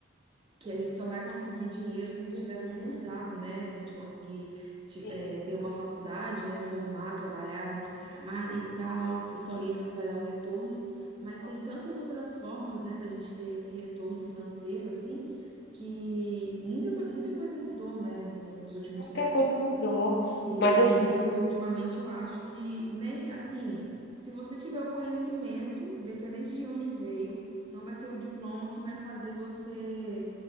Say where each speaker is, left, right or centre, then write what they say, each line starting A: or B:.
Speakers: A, on the right; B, on the left.
A: que a gente só vai conseguir dinheiro se a gente
B: Uhum.
A: tiver concursado, né? Se a gente conseguir ti-
B: Sim.
A: eh, ter uma faculdade, né? Formar, trabalhar na nossa área e tal, que só isso que vai dar um retorno. Mas
B: Uhum.
A: tem tantas outras formas, né, da gente ter esse retorno financeiro, assim, que muita, co- muita coisa mudou, né, no- nos últimos
B: Muita
A: tempos.
B: coisa mudou.
A: E
B: Mas assim,
A: eu, ultimamente, eu acho que nem, assim, se você tiver o conhecimento, independente de onde veio, não vai ser o diploma que vai fazer você